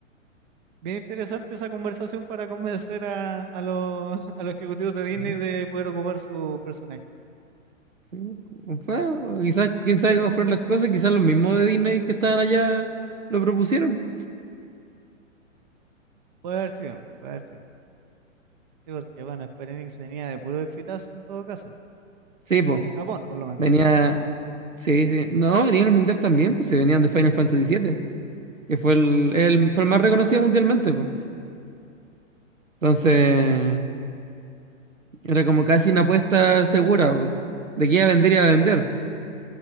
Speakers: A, on the right; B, on the right.
A: Bien interesante esa conversación para convencer a, a los, <laughs> a los ejecutivos de Disney
B: Ujú.
A: de poder ocupar su personaje.
B: Sí, o fue- o quizás, quién sabe cómo fueron las cosas, quizás los mismos de Disney que estaban allá lo propusieron.
A: Puede haber sido, puede haber sido. Sí, porque bueno, Square Enix venía de puro exitazo en todo caso.
B: Sí, pues,
A: En Japón, por lo menos,
B: venía, sí, sí, no, venía el Mundial también, pues se venían de Final Fantasy siete que fue el, el- fue el más reconocido mundialmente, po. Entonces, era como casi una apuesta segura, po. De que iba a vender, y iba a vender.